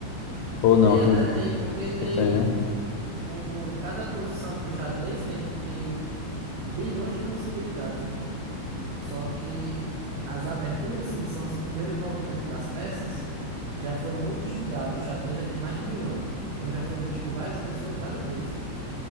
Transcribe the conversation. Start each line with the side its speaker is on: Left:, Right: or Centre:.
Left: Ou não?
Right: Tem
Left: Tu,
Right: até tem, porque tem
Left: tu tem, né?
Right: o, o- cada posição do xadrez tem, tem bilhões de possibilidades, né? Só que as aberturas, que são os primeiros movimentos das peças, já foram muito estudados. O xadrez já tem mais de mil anos. Então já foi visto por várias pessoas várias vezes.